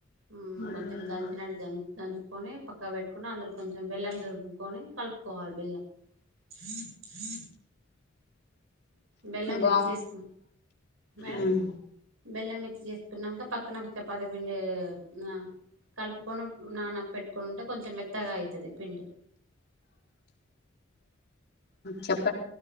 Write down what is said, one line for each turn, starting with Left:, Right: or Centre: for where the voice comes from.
Right: మ్
Left: ఉమ్
Right: కొంచం ద దన్ దంచుకొని పక్క పెట్టుకొని అందులో కొంచెం బెల్లం దురుపుకొని కలుపుకోవాలి బెల్లం థక థక బెల్లం
Left: బా
Right: మిక్స్ చేసుకో మేడం
Left: ఉమ్
Right: బెల్ల మిక్స్ జేసుకున్నాక పక్కన ఒక చపాతి పిండి ఆ కలుపుకొని నాన పెట్టుకుని ఉంటే కొంచెం మెత్తగా అయితది పిండి
Left: చెప్